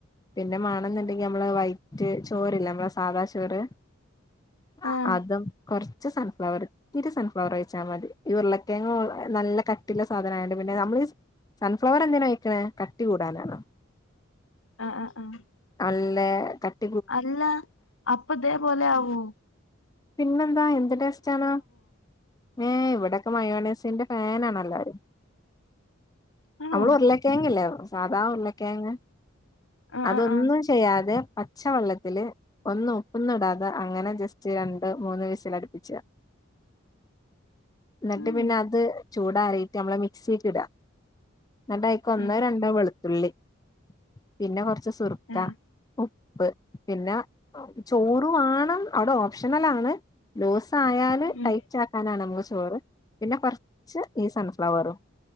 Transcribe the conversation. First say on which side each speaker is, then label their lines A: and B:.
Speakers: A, on the left (about 20°); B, on the left (about 80°).
A: പിന്നെ മണെന്നുണ്ടെങ്കി നമ്മള് വൈറ്റ് ചോറില്ലെ നമ്മളെ സാധാ ചോറ് ആ
B: ആഹ്
A: അതും കൊർച്ച് സൺഫ്ലവർ ഇത് സൺഫ്ലവർ ഒഴിച്ചാ മതി ഈ ഉരുളക്കേങ്ങ നല്ല കട്ടിയുള്ള സാധനം ആയോണ്ട് പിന്നെ നമ്മൾ ഈ സ് സൺഫ്ലവർ എന്തിനാ ഒയ്ക്കണേ കട്ടി കൂടാനാണോ?
B: ആഹ് ആഹ് ആഹ്
A: അൺ ലേ <unintelligible>
B: അല്ല അപ്പതേപോലാവോ
A: പിന്നെന്താ എന്ത് ടെസ്റ്റാണോ ഏഹ് ഇവിടെക്കെ മയോണേസിന്റെ ഫാനണല്ലാരും
B: ആണോ
A: അമ്മള് ഉർള്ളക്കെങ്ങ് ല്ലേ സാധാ ഉർള്ളക്കെങ്ങ്
B: ആഹ്
A: അതൊന്ന്
B: ആഹ് ആഹ്
A: ചെയ്യാതെ പച്ചവെള്ളത്തില് ഒന്നും ഉപ്പൊന്നിടാതെ അങ്ങനെ ജസ്റ്റ് മൂന്ന് വിസലടിപ്പിച്ച ന്നിട്ട്പിന്നെഎ
B: ഉം
A: ആത് ചൂടാറിയിട്ട് നമ്മള മിക്സീൽ ഇടുക. എന്നിട്ടൈക്ക് ഒന്നോ
B: ഉം
A: രണ്ടോ
B: ഉം
A: വെളുത്തുള്ളി പിന്നെ കൊറച്ച് സുർക്ക
B: ആഹ്
A: ഉപ്പ് പിന്നെ ചോറ് വേണം അവിടെ ഓപ്ഷനലാണ് ലൂസ് ആയാല്
B: ഉം
A: ടൈറ്റ് ആക്കാനാണ് നമുക്ക് ചോറ് പിന്നെ കുറച്ച് ഈ സൺഫ്ലവറും